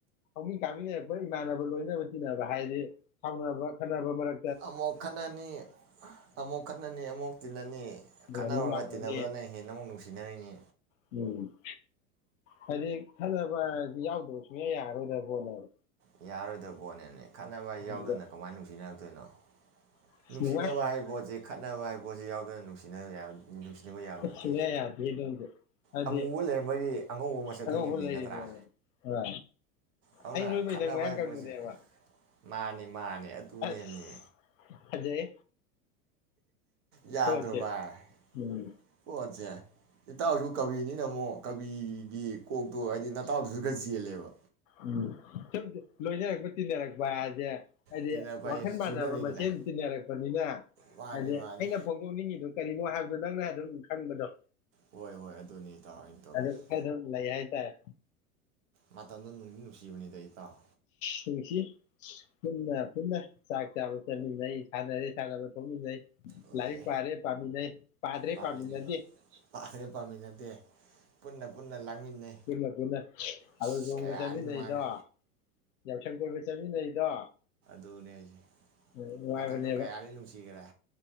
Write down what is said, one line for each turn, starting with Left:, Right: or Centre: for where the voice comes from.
Left: ꯍꯧꯃꯤꯟ ꯀꯥꯃꯤꯟꯅꯔꯛꯄ ꯏꯃꯥꯟꯅꯕ ꯂꯣꯏꯅꯕ ꯇꯤꯟꯅꯕ ꯍꯥꯏꯗꯤ ꯁꯥꯎꯅꯕ ꯈꯠꯅꯕ ꯃꯔꯛ
Right: ꯑꯃꯨꯛ ꯈꯠꯅꯅꯤ ꯑꯃꯨꯛ ꯈꯠꯅꯅꯤ ꯑꯃꯨꯛ ꯇꯤꯟꯅꯅꯤ ꯈꯠꯅꯍꯔꯨꯔꯒ
Left: ꯑꯃꯨꯛ ꯂꯥꯎꯅꯅꯤ
Right: ꯇꯤꯟꯅꯕꯗꯅ ꯍꯦꯟꯅ ꯑꯃꯨꯛ ꯅꯨꯡꯁꯤꯅꯔꯤꯅꯤ
Left: ꯎꯝ ꯍꯥꯏꯗꯤ ꯈꯠꯅꯕ ꯍꯥꯏꯔꯗꯤ ꯌꯥꯎꯗꯕ ꯁꯨꯡꯌꯥ ꯌꯥꯔꯔꯣꯏꯗꯕ ꯄꯣꯠꯅꯦꯕ
Right: ꯌꯥꯔꯔꯣꯏꯗꯕ ꯄꯣꯠꯅꯦꯃꯤ ꯈꯠꯅꯕ ꯍꯥꯏ ꯌꯥꯎꯗꯅ
Left: ꯑꯗꯨꯗ
Right: ꯀꯃꯥꯏ ꯅꯨꯡꯁꯤꯅ ꯗꯣꯏꯅꯣ
Left: ꯑꯁ
Right: ꯅꯨꯡꯁꯤꯅꯕ
Left: ꯅꯨꯡꯉꯥꯏ
Right: ꯍꯥꯏꯕ ꯄꯣꯠꯁꯤ ꯈꯠꯅꯕ ꯍꯥꯏꯕ ꯄꯣꯠꯁꯤ ꯌꯥꯎꯗꯅ ꯅꯨꯡꯁꯤꯅ ꯅꯨꯡꯁꯤꯅꯕ ꯌꯥꯕ
Left: ꯑꯁ
Right: ꯅꯠꯇꯦ
Left: ꯁꯨꯡꯌꯥ ꯌꯥꯗꯦ ꯑꯗꯨꯝꯗꯤ ꯍꯥꯏꯗꯤ
Right: ꯑꯃꯨꯕ ꯂꯩꯔꯝꯕꯒꯤ ꯑꯉꯧꯕ ꯃꯁꯛ
Left: ꯑꯉꯧꯕ
Right: ꯈꯪꯉꯤꯕꯅꯤ
Left: ꯂꯩꯔꯤꯅꯦꯕ
Right: ꯅꯠꯇ꯭ꯔꯥ
Left: ꯑ
Right: ꯑꯗꯨꯅ
Left: ꯑꯩ ꯅꯣꯏꯕꯩ
Right: ꯈꯠꯅꯕ
Left: ꯃꯌꯥꯡ
Right: ꯍꯥꯏꯕ
Left: ꯀꯪꯕꯅꯦꯕ
Right: ꯄꯣꯠꯁꯤ ꯃꯥꯅꯤ ꯃꯥꯅ ꯑꯗꯨꯅꯦꯃꯤ
Left: ꯑꯁ ꯐꯖꯩ
Right: ꯌꯥꯗ꯭ꯔꯣ
Left: ꯄꯣꯠꯁꯦ
Right: ꯚꯥꯏ
Left: ꯎꯝ
Right: ꯄꯣꯠꯁꯦ ꯏꯇꯥꯎꯁꯨ ꯀꯕꯤꯅꯤꯅ ꯃꯨꯛ ꯀꯕꯤꯒꯤ ꯀꯣꯛꯇꯣ ꯍꯥꯏꯗꯤ ꯅꯇꯥꯎꯗꯁꯨ ꯒ ꯆꯦꯟꯂꯦꯕ
Left: ꯎꯝ ꯁꯨꯝ ꯂꯣꯏꯅꯔꯛꯄ ꯇꯤꯟꯅꯔꯛꯄ <unintelligible> ꯍꯥꯏꯗꯤ
Right: ꯑꯗꯨꯅ ꯑꯩꯈꯣꯏ
Left: ꯋꯥꯈꯜ ꯃꯥꯟꯅꯕ
Right: ꯆꯨꯅꯔꯛꯏꯗꯅ
Left: ꯃꯁꯦꯟ ꯇꯤꯟꯅꯔꯛꯄꯅꯤꯅ
Right: ꯃꯥꯅꯤ
Left: ꯍꯥꯏꯗꯤ
Right: ꯃꯥꯅꯤ
Left: ꯑꯩꯅ ꯐꯣꯡꯗꯣꯛꯅꯤꯡꯉꯤꯗꯨ ꯀꯔꯤꯅꯣ ꯍꯥꯏꯕꯗꯣ ꯅꯪꯅ ꯑꯗꯨꯝ ꯈꯪꯕꯗꯣ
Right: ꯍꯣꯏ ꯍꯣꯏ ꯑꯗꯨꯅꯤ ꯏꯇꯥꯎ ꯑꯩꯅ ꯇꯧꯔꯤꯁꯤ
Left: ꯑꯗꯨ ꯑꯗꯨꯝ ꯂꯩ ꯍꯥꯏꯇꯥꯔꯦ
Right: ꯃꯇꯝꯗꯣ ꯅꯨꯡꯗꯤ ꯅꯨꯡꯁꯤꯕꯅꯤꯗ ꯏꯇꯥꯎ
Left: ꯅꯨꯡꯁꯤ ꯄꯨꯟꯅ ꯄꯨꯟꯅ ꯆꯥꯛ ꯆꯥꯕ ꯆꯠꯃꯤꯟꯅꯩ ꯁꯥꯟꯅꯔꯦ ꯁꯥꯟꯅꯕꯥ ꯊꯣꯛꯃꯤꯟꯅꯩ
Right: ꯍꯣꯏ
Left: ꯂꯥꯏꯔꯤꯛ ꯄꯥꯔꯦ ꯄꯥꯃꯤꯟꯅꯩ ꯄꯥꯗ꯭ꯔꯦ
Right: ꯄꯥꯝꯃꯤꯟꯅꯩ
Left: ꯄꯥꯃꯤꯟꯅꯗꯦ
Right: ꯄꯥꯗ꯭ꯔꯦ ꯄꯥꯝꯃꯤꯟꯅꯗꯦ ꯄꯨꯟꯅ ꯄꯨꯟꯅ ꯂꯥꯡꯃꯤꯟꯅꯩ
Left: ꯄꯨꯟꯅ ꯄꯨꯟꯅ ꯊꯕꯜ
Right: ꯑꯁ
Left: ꯆꯣꯡꯕ
Right: ꯀꯌꯥꯗꯤ
Left: ꯆꯠꯃꯤꯟꯅꯩꯗꯣ
Right: ꯅꯨꯡꯉꯥꯏꯈ꯭ꯔꯦ
Left: ꯌꯥꯎꯁꯪ ꯀꯣꯏꯕ ꯆꯠꯃꯤꯟꯅꯩꯗꯣ
Right: ꯗꯨꯅꯦ ꯍꯥꯏꯁꯦ
Left: ꯅꯨꯡꯉꯥꯏꯕꯅꯦꯕ
Right: ꯃꯇꯝꯗꯣ ꯀꯌꯥꯗꯤ ꯅꯨꯡꯁꯤꯒꯔꯦ